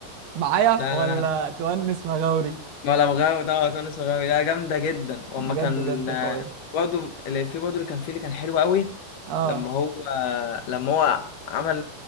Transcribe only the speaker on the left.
لا
لا
ولا مغاوي ده اه تونس مغاوي لا جامده جدا واما
كان
آه،
برضه اللي في برضه اللي كان فيه اللي كان حلو قوي
لما هو لما هو عمل